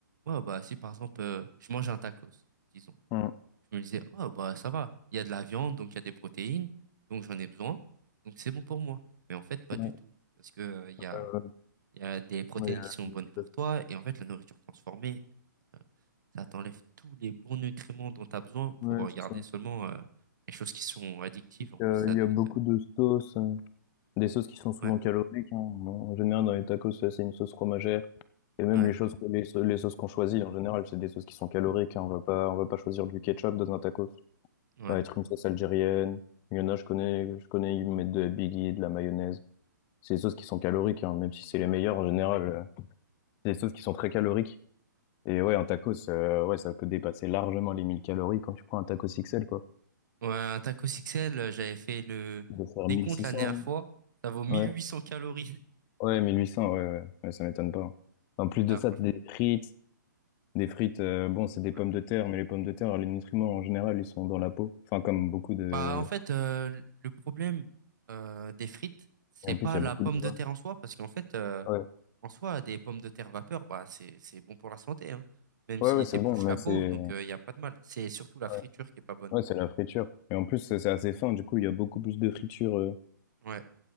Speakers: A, on the right (about 65°); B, on the left (about 20°).
A: ouais, bah si par exemple, euh, je mange un tacos, disons.
B: Mm.
A: Je me disais, oh, bah, ça va. Il y a de la viande, donc il y a des protéines, donc j'en ai besoin, donc c'est bon pour moi. Mais en fait, pas
B: Ouais,
A: du tout. Parce que, euh, il y a,
B: euh,
A: il y a des protéines
B: ouais, euh,
A: qui sont bonnes pour toi, et en fait, la nourriture transformée, euh, ça t'enlève tous les bons nutriments dont tu as besoin
B: ouais,
A: pour euh,
B: c'est
A: garder
B: ça.
A: seulement, euh, les choses qui sont addictives. En plus,
B: Euh,
A: ça
B: Il
A: doit
B: y a beaucoup
A: être, euh,
B: de sauces, euh, des sauces qui sont souvent
A: ouais,
B: caloriques. hein. Bon, En général, dans les tacos, c'est c'est une sauce fromagère. Et même
A: ouais,
B: les choses, que- les, sau- les sauces qu'on choisit, en général, c'est des sauces qui sont caloriques. hein. On va pas, on va pas choisir du ketchup dans un tacos. Ça
A: ouais.
B: va être une sauce algérienne. Il y en a, je connais, je connais, ils mettent de la biggie, de la mayonnaise. C'est des sauces qui sont caloriques, hein, même si c'est les meilleures en général. euh, C'est des sauces qui sont très caloriques. Et ouais, un tacos, euh, ouais, ça peut dépasser largement les 1000 calories quand tu prends un tacos XL, quoi.
A: Ouais, un taco XL, euh, j'avais fait le
B: De faire
A: décompte
B: 1600.
A: la dernière fois, ça vaut 1800
B: Ouais.
A: calories. <laughs>
B: Ouais, 1800, ouais, ouais, ouais, ça m'étonne pas. En plus de
A: Ah,
B: ça,
A: franchement.
B: t'as des frites, des frites, euh, bon, c'est des
A: ouais.
B: pommes de terre, mais les pommes de terre, les nutriments en général, ils sont dans la peau. Enfin, comme beaucoup de...
A: Bah, en fait, euh, le problème euh, des frites, c'est
B: Et en
A: pas
B: plus, il y a
A: la
B: beaucoup
A: pomme
B: de gras.
A: de terre en soi, parce qu'en fait, euh,
B: Ouais,
A: en soi, des pommes de terre vapeur, bah, c'est, c'est bon pour la santé, hein, même
B: ouais,
A: s'il
B: ouais, c'est
A: t'épluche
B: bon, mais
A: la
B: c'est...
A: peau, donc il n'y a pas de mal. C'est surtout la
B: Ouais,
A: friture qui est pas bonne.
B: ouais, c'est la friture. Et en plus, c'est c'est assez fin, du coup, il y a beaucoup plus de friture. euh.
A: Ouais,